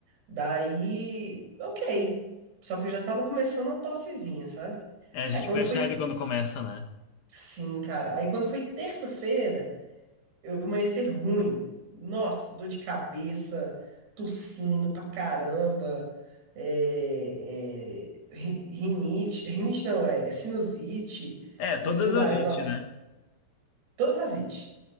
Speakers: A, on the right; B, on the left.
A: Daí, ok. Só que eu já tava começando uma tossezinha, sabe?
B: É, a gente
A: Aí quando
B: percebe
A: foi.
B: quando começa, né?
A: Sim, cara. Aí quando foi terça-feira, eu amanheci ruim. Nossa, dor de cabeça, tossindo pra caramba. É, é, ri- rinite. Rinite não, é sinusite
B: É, todas
A: e tudo mais.
B: as it,
A: Nossa.
B: né?
A: Todas as IT.